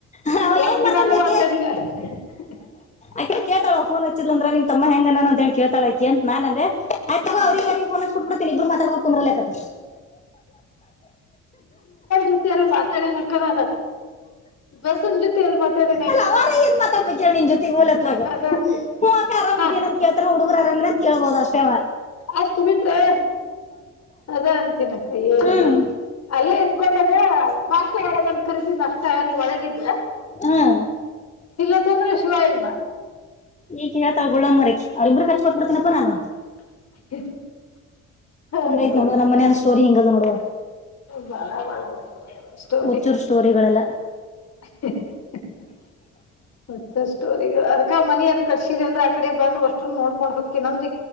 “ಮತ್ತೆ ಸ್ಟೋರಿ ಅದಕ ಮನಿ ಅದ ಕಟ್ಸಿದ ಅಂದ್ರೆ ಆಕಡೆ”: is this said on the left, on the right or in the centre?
Left